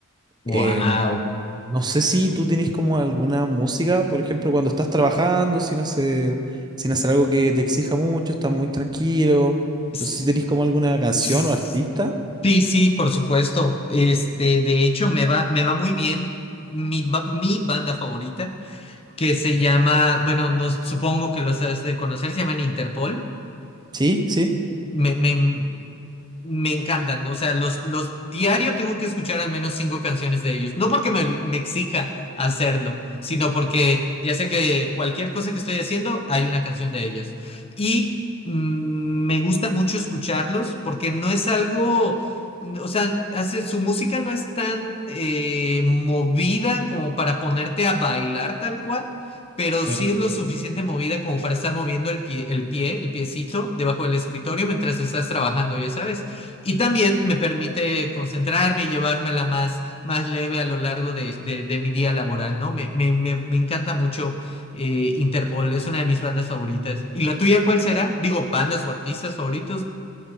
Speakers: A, on the left; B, on the right.
A: Wow.
B: Em, no sé si tú tienes como alguna música, por ejemplo, cuando estás trabajando sin hacer, sin hacer algo que te exija mucho, estás muy tranquilo.
A: S-
B: No sé si tenés como alguna canción
A: s-
B: o artista.
A: Sí, sí, por supuesto. Este, de hecho, me va, me va muy bien mi, ba- mi banda favorita, que se llama, bueno, no, supongo que los has de conocer, se llaman Interpol.
B: Sí, sí.
A: Me, me, Me encantan, o sea, los, los diario tengo que escuchar al menos cinco canciones de ellos. No porque me, me exija hacerlo, sino porque ya sé que cualquier cosa que estoy haciendo hay una canción de ellos. Y mm, me gusta mucho escucharlos porque no es algo, o sea, hace, su música no es tan eh, movida como para ponerte a bailar tal cual, pero
B: Claro.
A: sí es lo suficiente movida como para estar moviendo el pie, el pie, el piecito debajo del escritorio mientras estás trabajando, ya sabes. Y también me permite concentrarme y llevármela más, más leve a lo largo de, de- de mi día laboral, ¿no? Me, me- me- me encanta mucho eh, Interpol, es una de mis bandas favoritas. ¿Y la tuya cuál será? Digo, bandas o artistas favoritos.